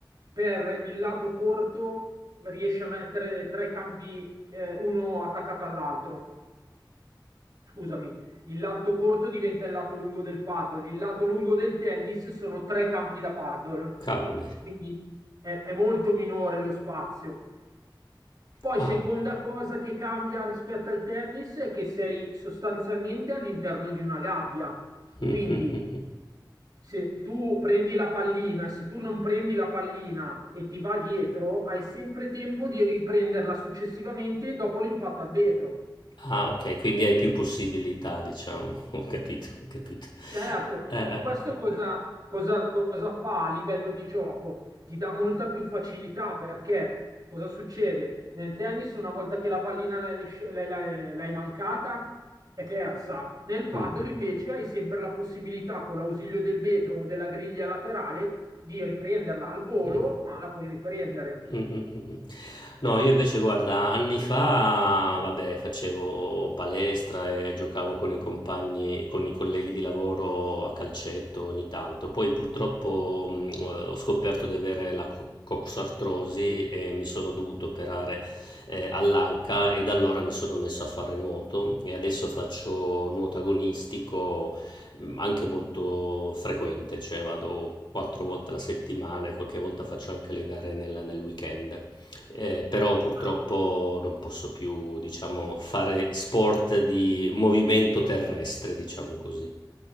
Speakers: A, on the right; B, on the left.
A: per il lato corto riesci a mettere tre campi, eh, uno attaccato all'altro scusami, il lato corto diventa il lato lungo del paddle, il lato lungo del tennis sono tre campi da paddle,
B: Cavoli.
A: quindi è, è molto minore lo spazio. Poi,
B: Ah.
A: seconda
B: <laughs>
A: cosa che cambia rispetto al tennis è che sei sostanzialmente all'interno di una gabbia.
B: Mm,
A: Quindi,
B: mm, mm, mm.
A: se tu prendi la pallina, se tu non prendi la pallina e ti va dietro, hai sempre tempo di riprenderla successivamente dopo l'impatto a vetro.
B: Ah, ok, quindi hai più possibilità, diciamo. <laughs> Ho capito, ho capito.
A: Certo,
B: Eh, eh,
A: e
B: eh.
A: questo cosa, cosa- cosa fa a livello di gioco? Ti dà molta più facilità perché cosa succede? Nel tennis, una volta che la pallina l'hai lisci- l'hai- l'hai- l'hai mancata, è persa. Nel paddle
B: Mhm.
A: invece hai sempre la possibilità, con l'ausilio del vetro o della griglia laterale, di riprenderla al volo,
B: Mh,
A: ma la puoi riprendere.
B: mh, mh, mh. No, io invece guarda, anni fa, vabbè, facevo palestra e giocavo con i compagni, con i colleghi di lavoro a calcetto ogni tanto. Poi purtroppo mh, ho scoperto di avere la co- coxartrosi e mi sono dovuto operare eh, all'anca e da allora mi sono messo a fare nuoto e adesso faccio nuoto agonistico mh, anche molto frequente, cioè vado quattro volte alla settimana e qualche volta faccio anche le gare nel, nel weekend. Eh, però purtroppo
A: Ah,
B: non posso più, diciamo, fare sport di movimento terrestre, diciamo così.